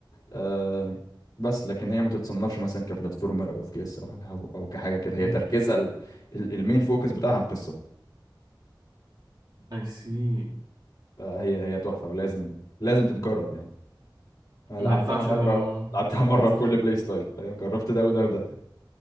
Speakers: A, on the left; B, on the right.
A: آم، بس لكن هي ما تتصنفش مثلا كبلاتفورمر او اف بي اس او او أو كحاجه كده هي
B: مم.
A: تركيزها ال- ال- المين فوكس بتاعها القصه
B: أي سي
A: فهي هي تحفه ولازم لازم تتجرب يعني أنا
B: ما
A: لعبتها
B: ينفعش
A: مره لعبتها مره
B: انت
A: بكل بلاي ستايل فاهم جربت ده وده وده